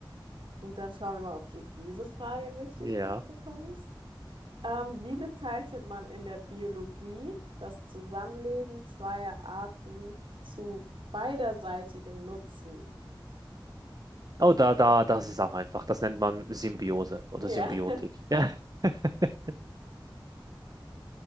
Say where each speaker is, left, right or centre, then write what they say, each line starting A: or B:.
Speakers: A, on the right (about 75°); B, on the right (about 45°).
A: Gut, dann schauen wir mal, ob du diese Frage richtig
B: Ja.
A: ha- bekommst. Ähm, wie bezeichnet man in der Biologie das Zusammenleben zweier Arten zu beiderseitigem Nutzen?
B: Oh, da, da, das ist auch einfach. Das nennt man Symbiose oder
A: Ja,
B: Symbiotik. Ja. <laughs>